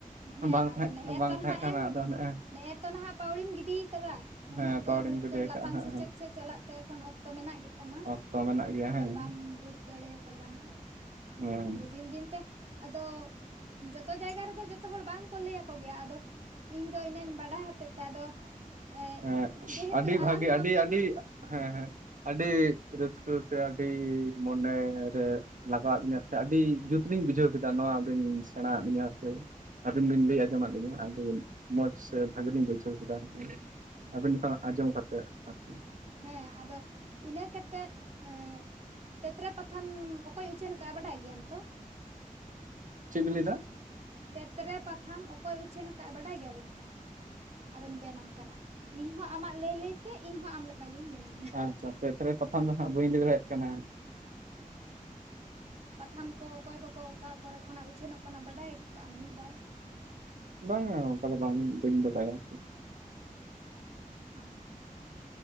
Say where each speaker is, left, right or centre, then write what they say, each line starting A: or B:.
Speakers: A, on the right; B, on the right.
A: ᱦᱮᱸ
B: ᱦᱟᱸᱜ ᱵᱟᱝ
A: ᱟᱫᱚ
B: ᱛᱟᱦᱮᱸ,
A: ᱱᱮᱜᱼᱮ
B: ᱵᱟᱝ
A: ᱛᱚ ᱱᱟᱦᱟᱜ
B: ᱛᱟᱦᱮᱸ, ᱠᱟᱱᱟ
A: ᱮᱢ
B: ᱟᱫᱚ ᱱᱮᱜ-ᱮ
A: ᱱᱮᱜᱼᱮ ᱛᱚ ᱱᱟᱦᱟᱜ ᱯᱟᱹᱣᱲᱤᱢ ᱜᱤᱰᱤ ᱠᱟᱫᱟ, ᱩᱱᱟᱹᱜ
B: ᱦᱮᱸ
A: ᱫᱚ
B: ᱯᱟᱣᱲᱤᱧ
A: ᱦᱚᱭᱛᱳ
B: ᱜᱤᱰᱤ ᱟᱠᱟᱜᱼᱟ
A: ᱞᱟᱯᱷᱟᱝ ᱥᱮᱪᱮᱫ
B: ᱦᱟᱸᱜ
A: ᱥᱮᱫ ᱪᱟᱞᱟᱜ ᱛᱮ ᱮᱠᱷᱚᱱ ᱚᱠᱛᱚ ᱢᱮᱱᱟᱜ ᱜᱮᱛᱟᱢᱟ,
B: ᱚᱠᱛᱚ ᱢᱮᱱᱟᱜ ᱜᱮᱭᱟ
A: ᱟᱫᱚ
B: ᱦᱮᱸ
A: ᱵᱟᱢ ᱵᱩᱡᱽ ᱫᱟᱲᱮ ᱠᱟᱫᱟ ᱦᱟᱸᱜ᱾
B: ᱦᱮᱸ
A: ᱟᱫᱚ ᱫᱤᱱ ᱫᱤᱱᱛᱮ, ᱟᱫᱚᱻ ᱡᱚᱛᱚ ᱡᱟᱭᱜᱟ ᱨᱮᱫᱚ ᱡᱚᱛᱚ ᱦᱚᱲ ᱵᱟᱝᱠᱚ ᱞᱟᱹᱭ ᱟᱠᱚ ᱜᱮᱭᱟ ᱟᱫᱚ ᱤᱧᱫᱚ ᱤᱱᱟᱹᱧ ᱵᱟᱰᱟᱭ ᱦᱚᱛᱮᱫ ᱛᱮ ᱟᱫᱚ ᱮᱸᱜ
B: ᱦᱮᱸ,
A: ᱡᱮᱦᱮᱛᱩ
B: ᱟᱹᱰᱤ
A: ᱟᱞᱟᱝ
B: ᱵᱷᱟᱜᱮ,
A: ᱦᱚᱸ
B: ᱟᱹᱰᱤ-ᱟᱹᱰᱤ
A: ᱵᱤᱱ
B: ᱦᱮᱸ, ᱦᱮᱸ, ᱟᱹᱰᱤ ᱨᱟᱹᱥᱠᱟᱹ ᱥᱮ, ᱟᱹᱰᱤ ᱢᱚᱱᱮᱨᱮ ᱞᱟᱜᱟᱣᱟᱫ ᱞᱤᱧᱟᱹ ᱥᱮ, ᱟᱹᱰᱤ ᱡᱩᱛᱞᱤᱧ ᱵᱩᱡᱷᱟᱹᱣ ᱠᱮᱫᱟ ᱱᱚᱣᱟ ᱵᱤᱱ ᱥᱮᱬᱟᱣᱟ ᱞᱤᱧᱟᱹ ᱥᱮ ᱟᱹᱵᱤᱱ ᱵᱤᱱ ᱞᱟᱹᱭ ᱟᱸᱡᱚᱢᱫ ᱞᱤᱧᱟᱹ, ᱟᱹᱰᱤ ᱢᱚᱸᱡᱽ ᱥᱮ, ᱵᱷᱟᱜᱮ ᱞᱤᱧ ᱵᱩᱡᱷᱟᱹᱣ ᱠᱮᱫᱟ ᱟᱨᱠᱤ᱾ ᱟᱹᱵᱤᱱ ᱠᱷᱚᱱ ᱟᱸᱡᱚᱢ ᱠᱟᱛᱮ ᱟᱨᱠᱤ᱾
A: ᱦᱮᱸ, ᱟᱫᱚ ᱤᱱᱟᱹ ᱠᱟᱛᱮᱫ ᱮᱸᱫ ᱛᱮᱛᱨᱮ ᱯᱟᱛᱷᱟᱢ ᱚᱠ ᱚᱠᱚᱭ ᱩᱪᱷᱟᱹᱱ ᱠᱟᱜᱼᱟ, ᱵᱟᱰᱟᱭ ᱜᱮᱭᱟᱢ ᱛᱚ?
B: ᱪᱮᱫ ᱵᱤᱱ ᱞᱟᱹᱭ ᱫᱟ?
A: ᱛᱮᱛᱨᱮ ᱯᱟᱛᱷᱟᱢ ᱚᱠᱚᱭ ᱩᱪᱷᱟᱹᱱ ᱟᱠᱟᱫ ᱟ ᱵᱟᱰᱟᱭ ᱜᱮᱭᱟᱵᱮᱱ ᱛᱚ? ᱟᱨᱚᱧ ᱵᱮᱱᱟᱢ ᱠᱟᱱᱟ ᱤᱧᱦᱚᱸ ᱟᱢᱟᱜ ᱞᱟᱹᱭ ᱞᱟᱹᱭᱛᱮ ᱤᱧᱦᱚᱸ ᱟᱢ ᱞᱮᱠᱟ ᱜᱤᱧ ᱵᱮᱱᱟ
B: ᱟᱪᱪᱷᱟ ᱛᱮᱛᱨᱮ ᱯᱟᱛᱷᱟᱢ ᱫᱚ ᱦᱟᱸᱜ ᱵᱟᱹᱧ ᱞᱟᱹᱭ ᱫᱟᱲᱮᱭᱟᱜ ᱠᱟᱱᱟ
A: ᱯᱟᱛᱷᱟᱢ ᱠᱚ ᱚᱠᱚᱭ ᱠᱚᱠᱚ ᱚᱠᱟ ᱠᱚᱨᱮ ᱠᱷᱚᱱᱟᱜ ᱩᱪᱷᱟᱹᱱᱚᱜ ᱠᱟᱱᱟ ᱵᱟᱰᱟᱭ ᱠᱟᱜ ᱟᱢ ᱢᱤᱫ ᱵᱟᱨ
B: ᱵᱟᱝᱟ ᱚᱱᱠᱟ ᱫᱚ ᱵᱟᱝᱤᱧ ᱵᱟᱹᱧ ᱵᱟᱰᱟᱭᱟ
A: ᱚᱸ